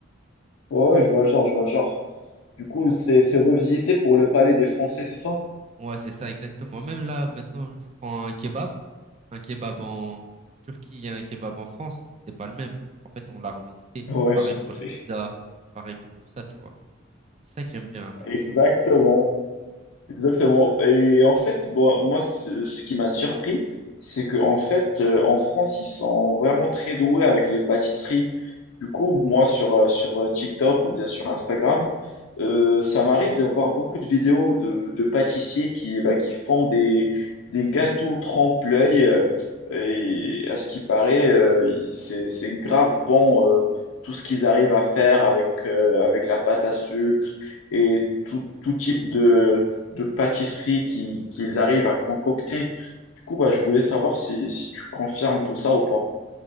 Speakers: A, on the left; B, on the right.
A: Ouais, ouais, je vois le genre, je vois le genre. Du coup, c'est c'est revisité pour le palais des Français, c'est ça?
B: Ouais, c'est ça, exactement. Même là, maintenant, je prends un kebab, un kebab en Turquie et un kebab en France, c'est pas le même. En fait, on l'a revisité.
A: Ouais,
B: Pareil
A: je sais.
B: pour les pizzas, pareil pour tout ça, tu vois. C'est ça que j'aime bien avec.
A: Exactement.
B: euh,
A: Exactement. Et en fait, bon, moi, ce ce qui m'a surpris, c'est que en fait, euh, en France, ils sont vraiment très doués avec les pâtisseries. Du coup, moi, sur, euh, sur euh, TikTok ou bien sur Instagram, euh, ça m'arrive de voir beaucoup de vidéos de, de pâtissiers qui, bah, qui font des, des gâteaux trempe-l'œil. euh, et à ce qui paraît, euh, c'est, c'est grave bon, euh, tout ce qu'ils arrivent à faire avec, euh, avec la pâte à sucre et tout, tout type de,
B: ouais.
A: de pâtisserie qui- qu'ils arrivent à concocter. Du coup, bah, je voulais savoir si, si tu confirmes tout ça ou pas.